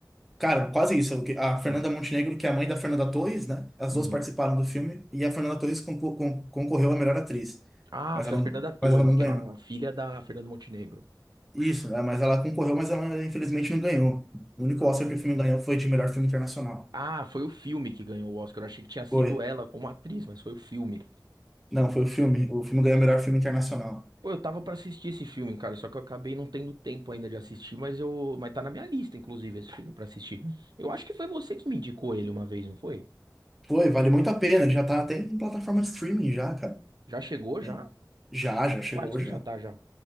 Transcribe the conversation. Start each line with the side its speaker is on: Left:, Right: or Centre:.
Centre: Cara, quase isso. A Fernanda
Right: Hum,
Centre: Montenegro, que é a mãe da Fernanda Torres, né? As
Right: uhum.
Centre: duas participaram do filme e a Fernanda Torres concor- con- concorreu à melhor atriz,
Right: Ah,
Centre: mas
Right: foi
Centre: ela,
Right: a
Centre: não-
Right: Fernanda Torres,
Centre: mas ela não
Right: que
Centre: ganhou.
Right: é a filha da Fernanda Montenegro.
Centre: Isso, né? Mas ela concorreu, mas ela infelizmente não ganhou. O único
Right: Ah,
Centre: Oscar que o filme ganhou foi de melhor filme internacional.
Right: Ah, foi o filme que ganhou o Oscar. Eu achei que tinha sido
Centre: Foi.
Right: ela como atriz, mas foi o filme.
Centre: Não, foi o filme. O filme ganhou melhor filme internacional.
Right: Pô, eu tava pra assistir esse filme, cara, só que eu acabei não tendo tempo ainda de assistir, mas eu, mas tá na minha lista, inclusive, esse filme pra assistir. Eu acho que foi você que me indicou ele uma vez, não foi?
Centre: Foi, vale muito a pena. Já tá até em plataforma de streaming já, cara.
Right: Já chegou,
Centre: Né?
Right: já?
Centre: Já, já
Right: E
Centre: chegou
Right: Quais que
Centre: já.
Right: já tá já?